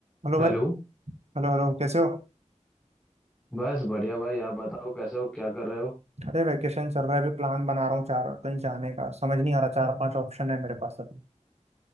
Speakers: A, on the right; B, in the centre.
A: Hello
B: हेलो
A: भाई Hello hello कैसे हो
B: बस बढ़िया भाई आप बताओ कैसे हो क्या कर रहे हो
A: अरे वैकेशन चल रहा है अभी प्लान बना रहा हूँ चार कहीं जाने का समझ नहीं आ रहा चार पांच ऑप्शन है मेरे पास अभी